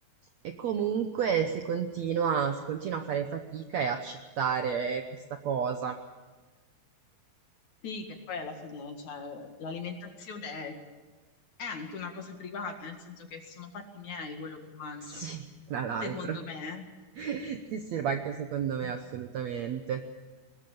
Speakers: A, on the right (about 80°); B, on the left (about 55°).
A: E comunque si continua, si continua a fare fatica e accettare questa cosa. <laughs>
B: Sì, che poi alla fine, cioè, l'alimentazione è, è anche una cosa privata, nel senso che sono fatti miei quello che mangio,
A: Sì, tra l'altro.
B: secondo me.
A: <laughs> Sì, sì, ma anche secondo me assolutamente.